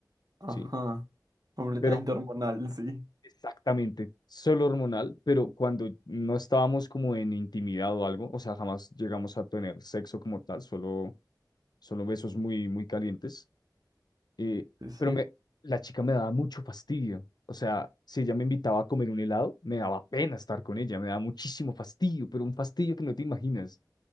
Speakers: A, on the right; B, on the left.
A: Ajá.
B: ¿sí?
A: Completamente
B: Pero
A: hormonal, sí.
B: exactamente, solo hormonal, pero cuando no estábamos como en intimidad o algo, o sea, jamás llegamos a tener sexo como tal, solo, solo besos muy, muy calientes. eh,
A: Sí, sí.
B: pero me, la chica me daba mucho fastidio. O sea, si ella me invitaba a comer un helado, me daba pena estar con ella, me daba muchísimo fastidio, pero un fastidio que no te imaginas.